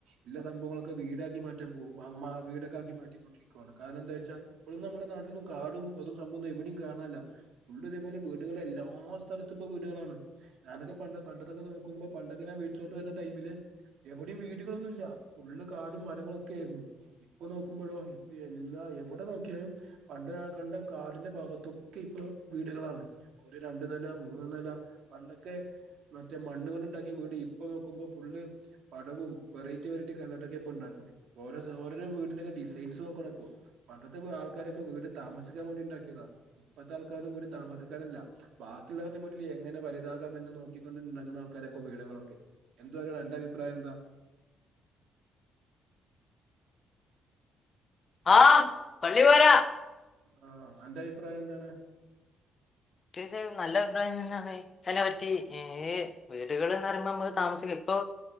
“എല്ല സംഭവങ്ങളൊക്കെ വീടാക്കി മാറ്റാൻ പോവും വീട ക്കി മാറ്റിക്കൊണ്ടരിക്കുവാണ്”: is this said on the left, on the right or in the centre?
Right